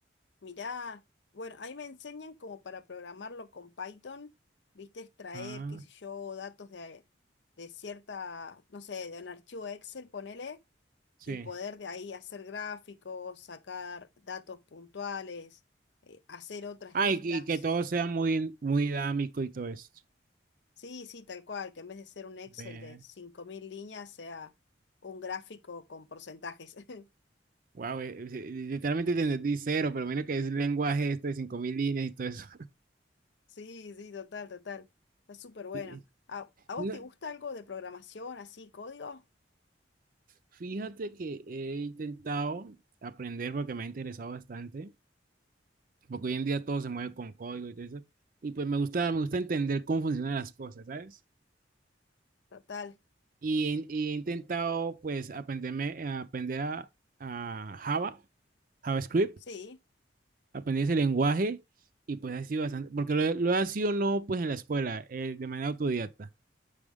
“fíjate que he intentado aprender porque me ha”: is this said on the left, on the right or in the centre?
Right